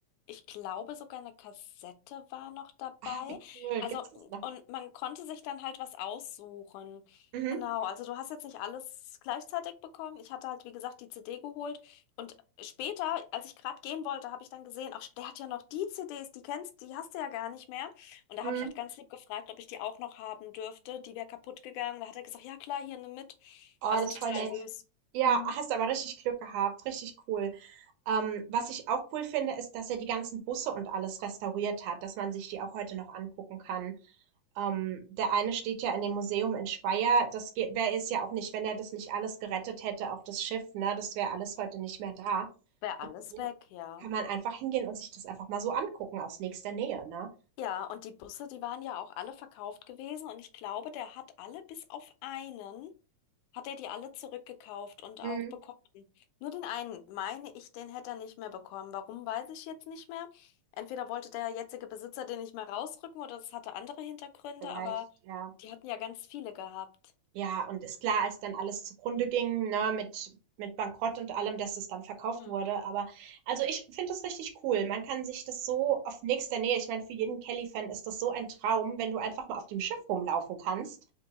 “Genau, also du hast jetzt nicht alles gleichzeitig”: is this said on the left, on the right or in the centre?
Left